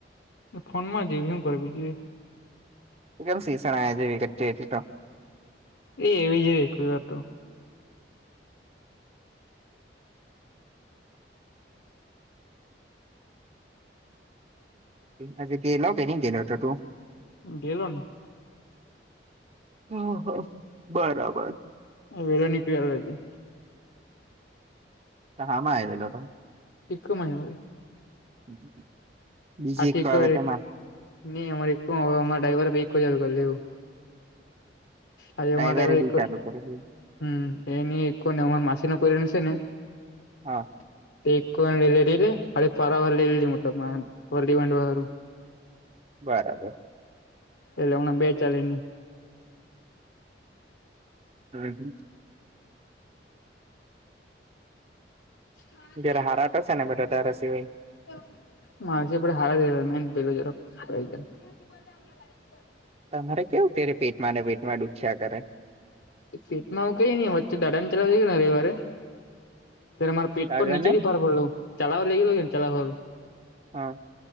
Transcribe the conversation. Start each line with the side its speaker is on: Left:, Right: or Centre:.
Left: ફોન માં હોય બીજું હુ કરે એ
Right: મઘમ સીસણ આય <unintelligible>
Left: એ એવી જ રહી કોઈવાર તો
Right: આજે ગેલો કે ની ગેલો હતો તું
Left: ગેલો ને
Right: હ હ બરાબર
Left: વેલો નીકદી આવેલો આજે
Right: હામા આવી રેલો તો
Left: ઇકો માજ વરી
Right: <inaudible> બીજી
Left: આખી
Right: એક
Left: ઇકો
Right: આવે તેમાં
Left: ની અમારે ઇકો અમારે ડ્રાઈવર ભી એક ઇકો ચાલુ કરળી આજે
Right: ડ્રાઈવરે
Left: અમારે ડ્રાઈવર એ
Right: બી
Left: ઇકો
Right: ચાલુ કરેલી.
Left: હમ એની ઈકો ને અમારે માસી નો પોર્યો છે ને.
Right: હા
Left: તે ઈકો અને લઇ લીધી એટલે ફરવા લઇ લીધી મતલબ મા વરદી બાનધવા હારું <unintelligible>
Right: બરાબર
Left: એટલે હમણાં બે ચાલેની
Right: <inaudible>
Left: <inaudible>
Right: જયારે હારા થશે ને બધા તારા સિવાય
Left: <unintelligible> પેલો જરાક <inaudible> લાઈક કર
Right: તમારે કેવું <unintelligible> પેટમાં ને પેટમાં ડુખ્યા કરે
Left: પેટમાં આવું કઈ નહી વચ્ચે દાદા ને ત્યા ગયેલા રવીવારે ત્યારે મારે પેટ
Right: દાદા
Left: પર નીચે
Right: ને
Left: થી ફાર પડલુ ચલાવ લઈ ગયલું ને ચલાવવા
Right: હા.